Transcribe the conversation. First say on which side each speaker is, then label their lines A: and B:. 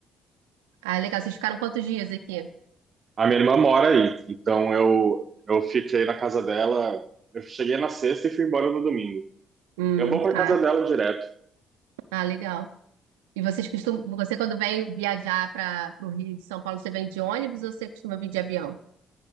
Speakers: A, on the right; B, on the right.
A: Ah, legal. Vocês ficaram quantos dias aqui?
B: A minha irmã mora aí, então eu, eu fiquei na casa dela. Eu cheguei na sexta e fui embora no domingo.
A: Hum,
B: Eu vou para
A: ah,
B: casa dela direto.
A: ah, legal. E vocês costumam. Você, quando vem viajar para o Rio de São Paulo, você vem de ônibus ou você costuma vir de avião?